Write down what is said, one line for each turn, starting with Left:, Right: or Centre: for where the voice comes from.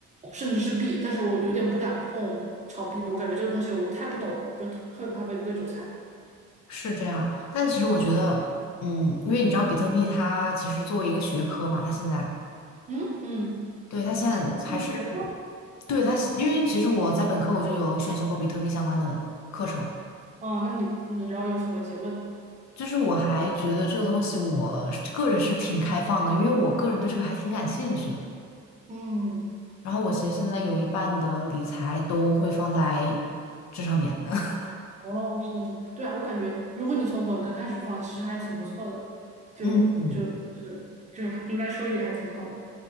Right: 甚至是币。但是我有点不敢碰炒币，我感觉这个东西我太不懂了，就特特别怕被割韭菜。
Left: 是这样。但其实我觉得，嗯，因为你知道比特币它其实作为一个学科嘛，它现在，
Right: 嗯嗯，
Left: 对，它现在还是，
Right: 这是一个学科。
Left: 对，它是，因为其实我在本科我就有选修过比特币相关的课程，
Right: 啊，那你，嗯，然后有什么结论呢？
Left: 就是我还觉得这个东西我是个人是挺开放的，因为我个人对这个还挺感兴趣的。
Right: 嗯。
Left: 然后我其实现在有一半的理财都会放在这上面。<laughs>
Right: 哦，是的，是的，对啊，我感觉如果你从本科开始放，其实还挺不错的，就就是就还应该收益还挺好的，
Left: 嗯嗯。